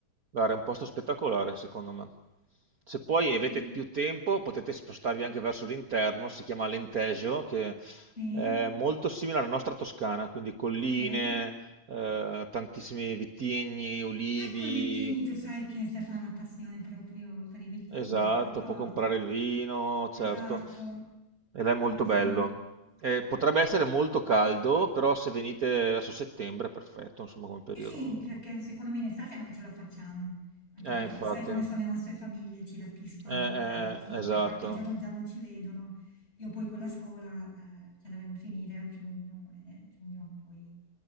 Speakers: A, on the right; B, on the left.
A: Guarda, è un posto spettacolare, secondo me. Se poi
B: Sì, sì,
A: avete più tempo, potete spostarvi anche verso l'interno, si chiama Alentejo, che
B: sì.
A: è molto simile alla nostra Toscana, quindi colline,
B: Okay.
A: eh, tantissimi vitigni, olivi,
B: Ecco i vitigni, tu sai che Stefano ha una passione proprio per i vitigni,
A: esatto,
B: te lo ricordi?
A: può comprare il vino,
B: Esatto.
A: certo, e là è
B: Sì,
A: molto
B: sì.
A: bello. Eh, potrebbe essere molto caldo, però se venite verso settembre è perfetto, insomma, come periodo.
B: Sì, sì,
A: non-
B: perché secondo me in estate non ce la facciamo, anche
A: Eh,
B: perché
A: infatti,
B: tu sai come
A: eh,
B: sono le nostre famiglie, ci rapiscono,
A: eh,
B: cioè sì,
A: eh, esatto.
B: per qualche giorno già non ci vedono. Io poi con la scuola, ehm, ce la devo finire a giugno e giugno poi